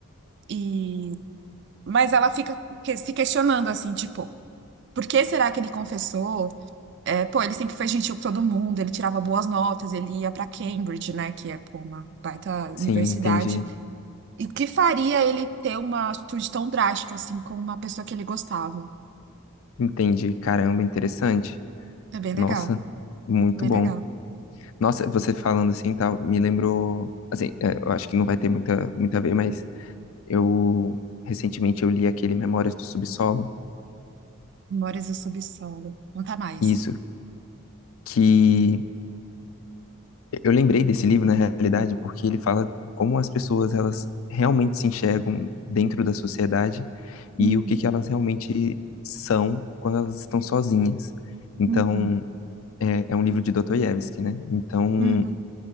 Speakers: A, on the right; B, on the left.
A: e mas ela fica que- se questionando assim, tipo, por que será que ele confessou? É, pô, ele sempre foi gentil com todo mundo, ele tirava boas notas, ele ia pra Cambridge, né? Que é, pô, uma baita
B: <laughs>
A: universidade.
B: Sim, entendi.
A: E o que faria ele ter uma atitude tão drástica, assim, com uma pessoa que ele gostava?
B: Entendi. Caramba, interessante.
A: É bem
B: Nossa,
A: legal,
B: muito
A: bem
B: bom.
A: legal.
B: Nossa, você falando assim, tal, me lembrou, assim, é, eu acho que não vai ter muita, muita a ver, mas Eu recentemente eu li aquele Memórias do Subsolo,
A: Memórias do subsolo. Conta mais.
B: isso que eu lembrei desse livro na realidade porque ele fala como as pessoas elas realmente se enxergam dentro da sociedade
A: Uhum,
B: e o que que elas realmente são quando elas estão sozinhas. Então,
A: uhum,
B: é, é um livro de Dostoiévski, né? Então,
A: uhum.